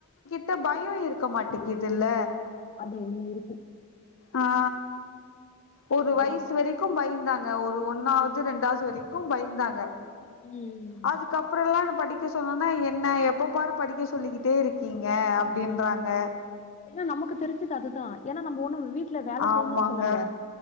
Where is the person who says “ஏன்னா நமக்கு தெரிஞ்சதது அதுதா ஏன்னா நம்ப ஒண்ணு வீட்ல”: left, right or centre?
Left